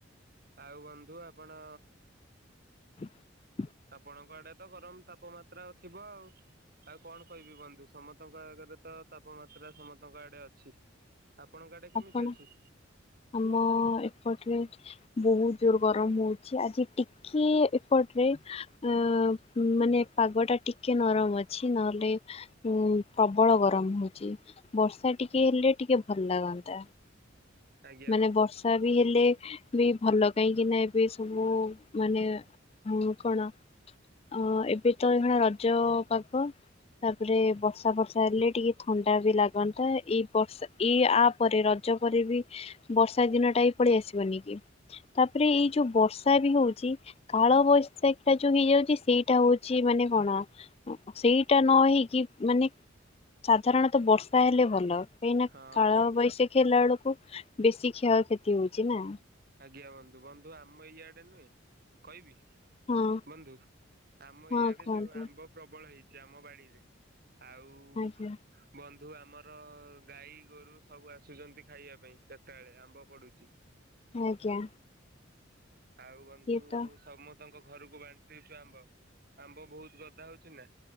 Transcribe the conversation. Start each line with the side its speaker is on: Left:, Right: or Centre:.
Right: ଆଉ ବନ୍ଧୁ ଆପଣ
Left: <inaudible>
Right: ଆପଣଙ୍କ ଆଡେ ତ ଗରମ ତାପମାତ୍ରା ଥିବ ଆଉ। ଆଉ କଣ କହିବି ବନ୍ଧୁ ସମସ୍ତଙ୍କ ଆଗରେ ତ ତାପମାତ୍ରା ସମସ୍ତଙ୍କ ଆଡେ ଅଛି। ଆପଣଙ୍କ ଆଡେ କେମିତି
Left: ଆପଣ
Right: ଅଛି।
Left: ଆମ ଏପଟରେ ବହୁତ ଦୁର୍ ଗରମ ହଉଛି। ଆଜି ଟି କି ଏପଟରେ ଅ ମାନେ ପାଗ ଟା ଟିକେ ନରମ ଅଛି। ନହେଲେ ଉଁ ପ୍ରବଳ ଗରମ ହଉଚି। ବର୍ଷା ଟିକେ ହେଲେ ଟିକେ ଭଲ ଲାଗନ୍ତା।
Right: ଆଜ୍ଞା
Left: ମାନେ
Right: ବନ୍ଧୁ
Left: ବର୍ଷା ବି ହେଲେ ବି ଭଲ କାହିଁକିନା ଏବେ ସବୁ ମାନେ ଆଉ କଣ ଅ ଏବେ ତ ଏଇଭଳିଆ ରଜ ପାଗ। ତାପରେ ବର୍ଷା ବର୍ଷା ହେଲେ ଟିକେ ଥଣ୍ଡା ବି ଲାଗନ୍ତା ଏଇ ବର୍ଷା। ଏଇ ଆ ପରେ ରଜ ପରେ ବି ବର୍ଷା ଦିନ ଟା ହି ପଳେଇ ଆସିବନି କି। ତାପରେ ଏଇ ଯୋଉ ବର୍ଷା ବି ହୋଉଚି। କାଳ ବୈଶାଖୀ ଟା ଯୋଉ ହେଇଯାଉଛି ସେଇଟା ହୋଉଚି ମାନେ କଣ ସେଇଟା ନ ହେଇକି ମାନେ ସାଧାରଣତଃ ବର୍ଷା ହେଲେ ଭଲ। କାହିଁକି ନା
Right: ହଁ
Left: କାଳ
Right: ବନ୍ଧୁ
Left: ବୈଶାଖୀ ହେଲା ବେଳକୁ ବେଶୀ କ୍ଷୟକ୍ଷତି ହୋଉଚି ନା।
Right: ଆଜ୍ଞା ବନ୍ଧୁ ବନ୍ଧୁ ଆମ ଇଆଡ଼େ ନୁହେଁ କହିବି?
Left: ହଁ
Right: ବନ୍ଧୁ ଆମ
Left: ହଁ
Right: ଇଆଡେ
Left: କୁହନ୍ତୁ
Right: ଯୋଉ ଆମ୍ବ ପ୍ରବଳ ହେଇଛି ଆମ ବାଡିରେ ଆଉ
Left: ଆଜ୍ଞା।
Right: ବନ୍ଧୁ ଆମର ଗାଈ ଗୋରୁ ସବୁ ଆସୁଛନ୍ତି ଖାଇବା ପାଇଁ ଚାରିଟା ବେଳେ ଆମ୍ବ ପଡୁଚି।
Left: ଆଜ୍ଞା।
Right: ଆଉ ବନ୍ଧୁ
Left: ସିଏ ତ
Right: ସମତଙ୍କ ଘରକୁ ବାଣ୍ଟି ଛୁ ଆମ୍ବ ଆମ୍ବ ବହୁତ ଗଦା ହୋଉଛି ନା।